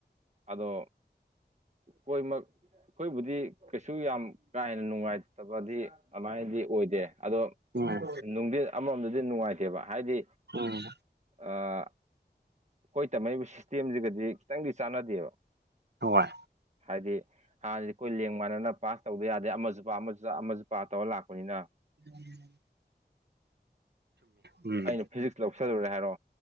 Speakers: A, on the right; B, on the right.
A: ꯑꯗꯣ ꯀꯣꯏꯃꯛ ꯑꯩꯈꯣꯏꯕꯨꯗꯤ ꯀꯩꯁꯨ ꯌꯥꯝ ꯀꯥ ꯍꯦꯟꯅ ꯅꯨꯡꯉꯥꯏꯇꯕꯗꯤ ꯑꯗꯨꯃꯥꯏꯅꯗꯤ ꯑꯣꯏꯗꯦ ꯑꯗꯣ
B: ꯎꯝ
A: ꯅꯨꯡꯗꯤ ꯑꯃꯃꯣꯝꯗꯗꯤ ꯅꯨꯡꯉꯥꯏꯇꯦꯕ ꯍꯥꯏꯗꯤ
B: ꯍ
A: ꯑꯩꯈꯣꯏ ꯇꯝꯃꯛꯏꯕ ꯁꯤꯁꯇꯦꯝꯁꯤꯒꯗꯤ ꯈꯤꯇꯪꯗꯤ ꯆꯥꯟꯅꯗꯦꯕ
B: ꯍꯣꯏ
A: ꯍꯥꯏꯗꯤ ꯍꯥꯟꯅꯗꯤ ꯑꯩꯈꯣꯏ ꯂꯦꯡ ꯃꯥꯟꯅꯅ ꯄꯥꯁ ꯇꯧꯗ ꯌꯥꯗꯦ ꯑꯃꯁꯨ ꯄꯥ ꯑꯃꯁꯨ ꯑꯃꯁꯨ ꯄ ꯇꯧꯔ ꯂꯥꯛꯄꯅꯤꯅ
B: ꯎꯝ ꯎꯝ
A: ꯑꯩꯅ ꯐꯤꯖꯤꯛꯁ ꯂꯧꯁꯔꯨꯔꯦ ꯍꯥꯏꯔꯣ